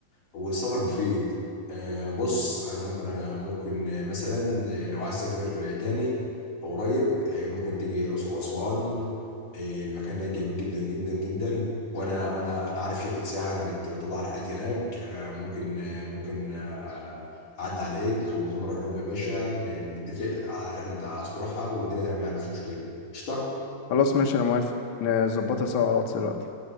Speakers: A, on the left (about 45°); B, on the left (about 80°).
A: والسفر مفيد آه، بص انا ممكن أنا ممكن آه، مثلا آه، لو عايز تسافر آه، تاني أو قريب آه، ممكن تيجي الاقصر واسوان آه، المكان هناك جميل جدا جدا جدا وانا انا انا عارف شركه سياحه يعني بتطلع رحلات هناك آه، ممكن آه، ممكن آه، اعدي عليك وممكن نروح لهم يا باشا ن- نتفق على الرحله اللي انت عايز تروحها والدنيا تمام يعني مفيش مشكله قشطه
B: خلاص ماشي انا موافق نظبطها سوا على الواتس دلوقتي